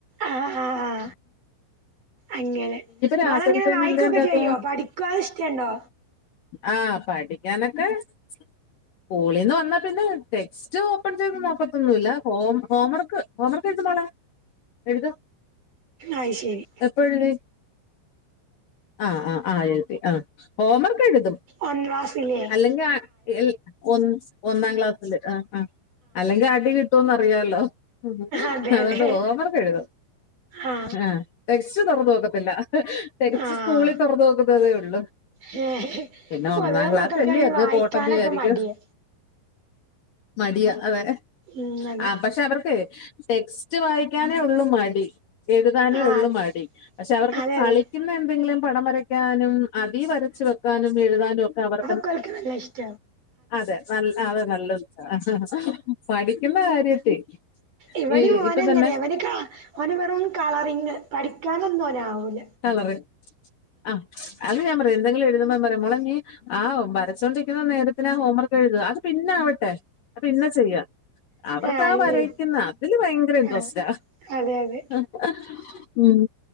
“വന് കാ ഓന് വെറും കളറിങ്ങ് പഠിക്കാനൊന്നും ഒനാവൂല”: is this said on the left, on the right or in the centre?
Right